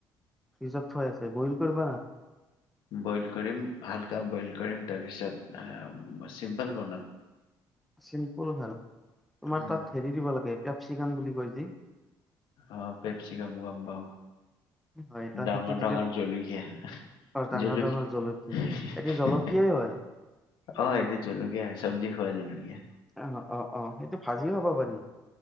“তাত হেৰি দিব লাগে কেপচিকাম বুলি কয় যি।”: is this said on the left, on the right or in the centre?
Centre